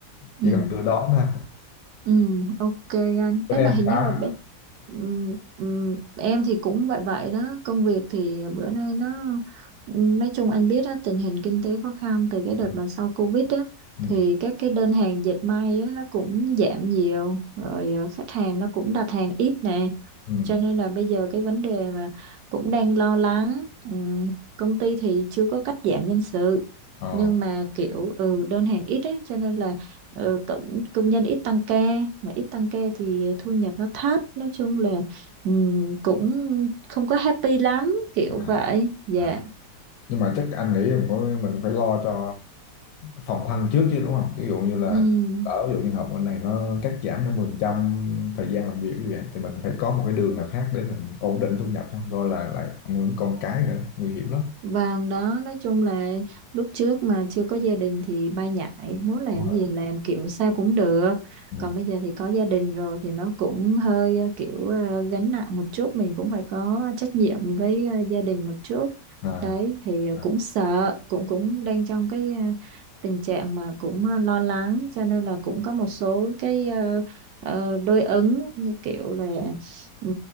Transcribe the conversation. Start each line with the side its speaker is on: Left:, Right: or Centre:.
Right: Ừ.
Left: chỉ cần đưa đón thôi
Right: Ừ, ok anh.
Left: bên
Right: Đấy
Left: em
Right: mà hình
Left: sao
Right: như là bé- ừm, ừm, em thì cũng vậy vậy đó. Công việc thì bữa nay nó nói chung anh biết á, tình hình kinh tế khó khăn từ cái đợt
Left: ừ
Right: mà sau Covid á
Left: ừ
Right: thì các cái đơn hàng dệt may á nó cũng giảm nhiều rồi ờ, khách hàng nó cũng đặt hàng ít nè
Left: ừ
Right: cho nên là bây giờ cái vấn đề mà cũng đang lo lắng Ừm, công ty thì chưa có cắt giảm nhân sự
Left: ờ
Right: nhưng mà kiểu ừ đơn hàng ít ấy cho nên là ừ, công, công nhân ít tăng ca mà ít tăng ca thì thu nhập nó thấp nói chung là ừm, cũng không có happy lắm kiểu
Left: à,
Right: vậy dạ
Left: à. nhưng mà chắc anh nghĩ mình có mình phải lo cho phòng thân trước chứ đúng không ví dụ như là
Right: Ừm.
Left: ở ví dụ như học bên này nó cắt giảm năm mươi phần trăm thời gian làm việc như vậy thì mình phải có một cái đường nào khác để mình ổn định thu nhập chứ không thôi là lại ảnh hưởng con cái nữa nguy hiểm lắm
Right: Vâng đó, nói chung là lúc trước mà chưa có gia đình thì bay nhảy, muốn làm
Left: Đúng rồi.
Right: gì làm kiểu sao cũng được.
Left: ừ.
Right: Còn bây giờ thì có gia đình rồi thì nó cũng hơi ờ, kiểu ờ, gánh nặng một chút, mình cũng phải có trách nhiệm với ờ, gia đình một chút.
Left: à
Right: Đấy thì ờ,
Left: à,
Right: cũng sợ, cũng cũng đang trong cái ờ, tình trạng mà cũng ờ, lo lắng cho nên là cũng có một số cái ờ, ờ, đối ứng như kiểu là Ừ,